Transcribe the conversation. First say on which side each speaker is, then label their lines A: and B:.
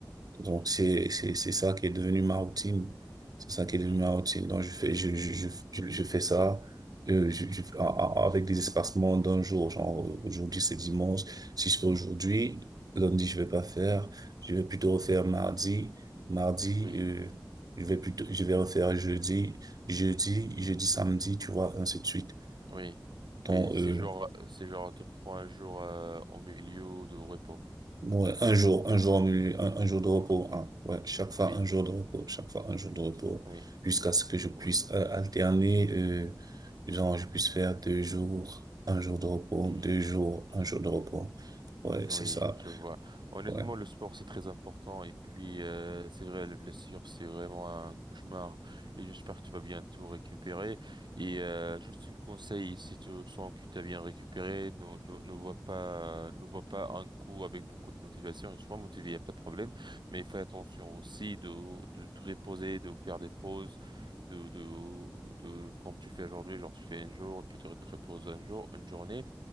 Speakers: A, on the right; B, on the right.
A: Donc
B: Mhm.
A: c'est c'est c'est ça qui est devenu ma routine. C'est ça qui est devenu
B: Mhm.
A: ma routine. Donc je fais je je je je, je fais ça euh, je, je, a- a- avec des espacements d'un jour. Genre euh, aujourd'hui c'est dimanche. Si je fais aujourd'hui, lundi je vais pas faire. Je vais plutôt refaire
B: Mhm.
A: mardi. Mardi
B: Oui,
A: euh, je vais plutôt je vais refaire jeudi. Jeudi jeudi samedi tu vois ainsi de suite.
B: oui,
A: Donc
B: oui. C'est
A: euh,
B: genre, c'est genre, te prends un jour, euh, au milieu de repos.
A: Ouais, un jour, un jour, en milieu- un, un jour
B: Ah,
A: de repos,
B: ah,
A: hein. Ouais, chaque fois
B: Oui,
A: un jour de repos, chaque fois un jour de repos,
B: oui,
A: jusqu'à ce que je puisse
B: oui.
A: euh, alterner, euh, genre je puisse faire deux jours, un jour de repos,
B: Mhm.
A: deux jours,
B: Mhm.
A: un jour de repos. Ouais,
B: Oui,
A: c'est ça.
B: je vois. Honnêtement,
A: Ouais.
B: le sport, c'est très important. Et puis, euh, c'est vrai, les blessures, c'est vraiment un cauchemar. Et j'espère que tu vas bientôt récupérer. Et euh, juste un conseil, si tu sens que tu as bien récupéré, ne, ne, ne vois pas, ne vois pas un coup avec beaucoup de motivation. Sois motivé, il n'y a pas de problème. Mais fais attention aussi de, de te reposer, de faire des pauses. De, de, de, comme tu fais aujourd'hui, genre tu fais un jour, puis tu te reposes un jour, une journée.